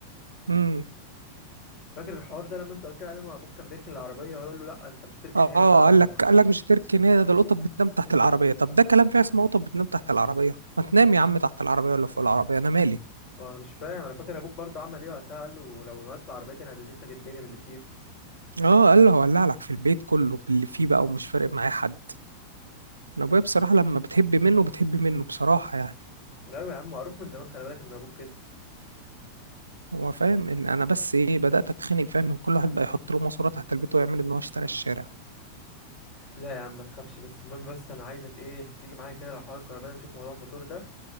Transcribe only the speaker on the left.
فاكر الحوار ده لما انت قلت لي عليه ما ابوك كان بيركن العربيه هيقول له لا انت مش هتركن
هنا ده
ده
ما
ما انا مش فاهم انا فاكر ابوك برضه عمل ايه وقتها قال له لو مثلا العربيه دي انا هدجس لك الدنيا باللي فيها
ايوه يا عم معروف من زمان خلي بالك ان ابوك كده
لا يا عم ما تخافش بس المهم بس انا عايزك ايه تيجي معايا كده لو حوار الكهرباء ده نشوف موضوع الموتور ده